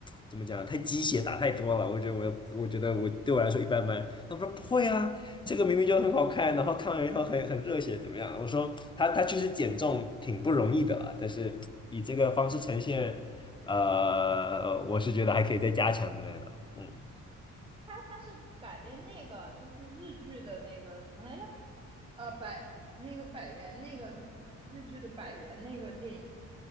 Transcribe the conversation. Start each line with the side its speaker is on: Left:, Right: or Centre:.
Left: 怎么讲，太鸡血打太多了。我觉得我，我觉得我对我来说一般般。他们说不会啊，这个明明就很好看，然后看完以后很很热血，怎么样？我说他他确实减重挺不容易的啦，但是以这个方式呈现，呃，我是觉得还可以再加强之类的。嗯，
Right: 它是改编那个就是日剧的那个什么来着？呃，百那个百元那个什么日剧的百元那个电影，